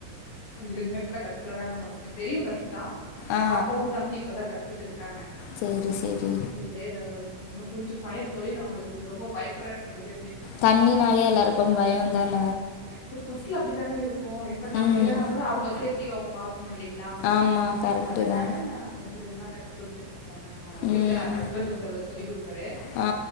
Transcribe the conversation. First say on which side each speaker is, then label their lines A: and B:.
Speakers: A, on the left; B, on the left.
A: கொஞ்ச கொஞ்சமா இப்பதா கத்துட்டு வராங்க பசங்க பெரியவ கத்துக்கிட்டா
B: ஆ
A: பாப்பாவு தம்பி இப்பதா கத்துக்கிட்டு இருக்காங்க
B: சேரி சேரி
A: கொஞ்சம் லே இன்னு கொஞ்சோ பயோ தோழி நா உங்களுக்கு ரொம்ப பயப்பட்றாங்க ரெண்டு பேருமே
B: தண்ணினாலே எல்லாருக்கு பயோதான
A: ப்ப ஃபஸ்ட்ல அப்டித்தாங்க இருக்கு இப்ப நம்ம
B: ம்
A: இல்லன்னா கூட அவுங்க சேஃப்டிக்கு அவங்க பாத்துகணு இல்லலைங்களா
B: ஆமா கரெக்ட்டு
A: அதனால
B: தா
A: நா கொஞ்ச கொஞ்சமா கத்துக் குடுத்துட்டு இருக் இருக்காருக்கா ஆ வீட்டுல
B: ம்
A: ஹஸ்பண்ட் சொல்ல சொல்லி கொடுப்பாரு
B: ஆ